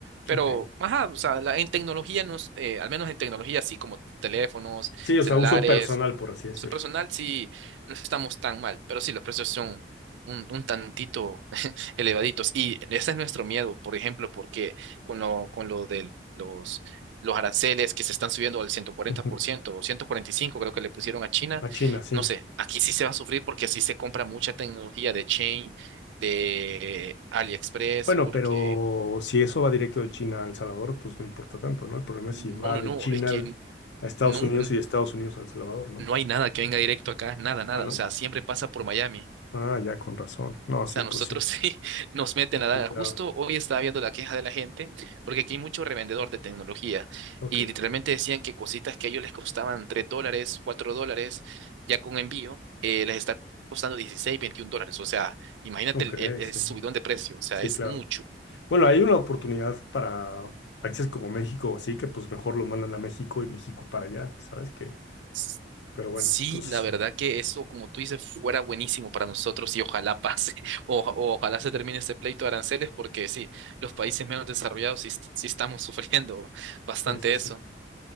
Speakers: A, on the right; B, on the left.
A: Pero,
B: Ok.
A: ajá, o sea, la- en tecnología, nos, eh, al menos en tecnología, sí, como teléfonos,
B: Sí,
A: celulares,
B: o sea, uso personal, por así decirlo.
A: uso personal, sí, no estamos tan mal, pero sí, los precios son un, un tantito <laughs> elevaditos. Y ese es nuestro miedo, por ejemplo, porque con lo, con lo de los, los aranceles que se están subiendo al ciento cuarenta
B: Ujú.
A: por ciento o 145, creo que le pusieron a China
B: A China, sí.
A: no sé, aquí sí se va a sufrir porque sí se compra mucha tecnología de Chain, de AliExpress,
B: Bueno,
A: porque
B: pero si eso va directo de China a El Salvador, pues no importa tanto, ¿no? El problema
A: no,
B: es si va
A: no,
B: de
A: no,
B: China
A: es que
B: al- a Estados
A: no,
B: Unidos
A: no,
B: y de Estados Unidos a El Salvador, ¿no?
A: no hay nada que venga directo acá, nada, nada,
B: Ah, ¿no?
A: o sea, siempre pasa por Miami.
B: Ah, ya, con razón. No,
A: O
B: sí,
A: sea,
B: pues
A: nosotros
B: sí.
A: <laughs> sí nos meten la daga.
B: Sí, claro.
A: Justo hoy estaba viendo la queja de la gente, porque aquí hay mucho revendedor de tecnología
B: Ok,
A: y literalmente decían que cositas que a ellos les costaban 3 dólares, 4 dólares, ya con envío, eh, les está costando 16 21 dólares. O sea, imagínate
B: ok,
A: el, el- el
B: sí.
A: subidón de precio, o sea,
B: Sí,
A: es
B: claro.
A: mucho.
B: Bueno, hay una oportunidad para países como México o así, que pues mejor lo mandan a México y México para allá, ¿sabes qué?
A: S-
B: Pero bueno,
A: Sí,
B: pues
A: la verdad que eso, como tú dices, fuera buenísimo para nosotros y ojalá pase, <laughs> o, o ojalá se termine este pleito de aranceles, porque sí, los países menos desarrollados sí sí estamos <laughs> sufriendo bastante
B: sí, sí, sí,
A: eso.